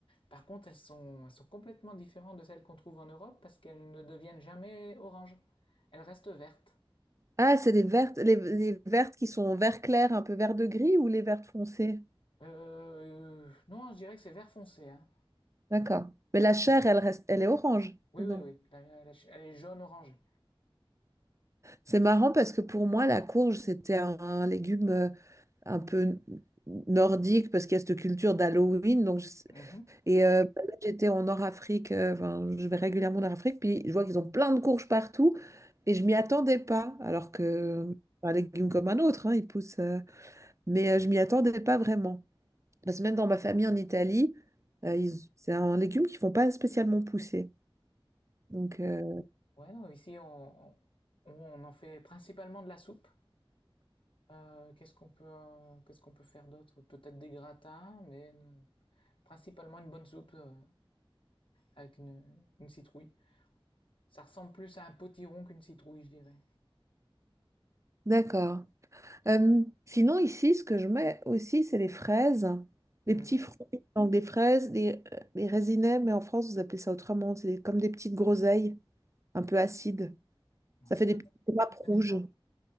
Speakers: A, on the left; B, on the right.
A: Par contre, elles sont, elles sont complètement différentes de celles qu'on trouve en Europe parce qu'elles ne deviennent jamais oranges. Elles restent vertes.
B: Ah, c'est les vertes, les, les vertes qui sont vert clair, un peu vert de gris ou les vertes foncées?
A: Euh, non, je dirais que c'est vert foncé, hein.
B: D'accord. Mais la chair, elle reste, elle est orange
A: Oui,
B: dedans.
A: oui, oui. La- la- elle est jaune orangée.
B: C'est marrant parce que pour moi, la courge, c'était un, un légume euh, un peu nordique parce qu'il y a cette culture d'Halloween. Donc, je-
A: Mhm.
B: Et euh, bah, là, j'étais en Nord-Afrique, euh, enfin, je vais régulièrement en Nord-Afrique, puis je vois qu'ils ont plein de courges partout, et je m'y attendais pas, alors que c'est un légume comme un autre, hein, il pousse, euh, mais euh, je m'y attendais pas vraiment. Parce que même dans ma famille en Italie, euh, ils- c'est un légume qu'ils font pas spécialement pousser. Donc, euh,
A: Ouais, non, ici on, on, on en fait principalement de la soupe. Euh, qu'est-ce qu'on peut, euh, qu'est-ce qu'on peut faire d'autre? Peut-être des gratins, mais euh, principalement une bonne soupe euh, avec une, une citrouille. Ça ressemble plus à un potiron qu'une citrouille, je dirais.
B: d'accord. Euh, sinon, ici, ce que je mets aussi, c'est les fraises, les
A: Mhm.
B: petits fruits, donc des fraises, des, euh, des résinets, mais en France, vous appelez ça autrement, c'est comme des petites groseilles, un peu acides.
A: Moi,
B: Ça
A: je
B: fait
A: connais,
B: des petites grappes
A: je
B: rouges.
A: connais pas.